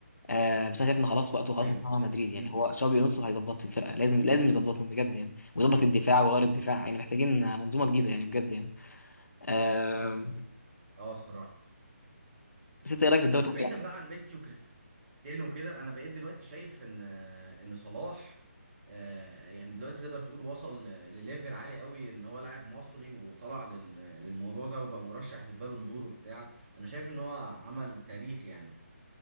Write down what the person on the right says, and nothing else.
ايوه
امم
اه الصراحة
بس
بعيدا بقى عن ميسي وكريستيانو وكده انا بقيت دلوقتي شايف ان ان صلاح آه، يعني دلوقتي تقدر تقول وصل ل- لليفل عالي قوي ان هو لاعب مصري وطلع لل- للموضوع ده وبقى مرشح للبالون دور وبتاع انا شايف ان هو عمل تاريخ يعني